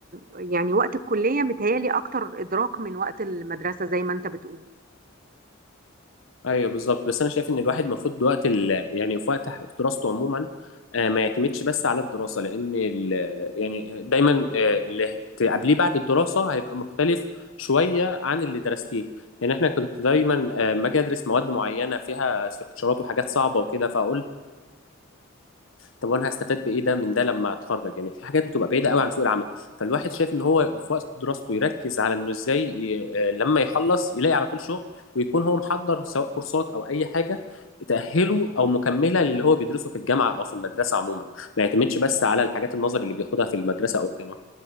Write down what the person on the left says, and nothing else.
ايوه بالظبط بس انا شايف ان الواحد المفروض وقت ال... يعني في وقت ح- في دراسته عموما آه، ما يعتمدش بس على الدراسه لان ال... يعني دايما آه، اللي هتقابليه بعد الدراسه هيبقى مختلف شويه عن اللي درستيه يعني احنا كنت دايما آه، ما اجي ادرس مواد معينه فيها استكشارات وحاجات صعبه وكده فاقول طب وانا هستفاد بايه ده من ده لما اتخرج يعني في حاجات بتبقى بعيده قوي عن سوق العمل فالواحد شايف ان هو في وقت دراسته يركز على انه ازاي ي- آه، لما يخلص يلاقي على طول شغل ويكون هو محضر سواء كورسات او اي حاجه تاهله او مكمله للي هو بيدرسه في الجامعه او في المدرسه عموما ما يعتمدش بس على الحاجات النظري اللي بياخدها في المدرسه او الجامعه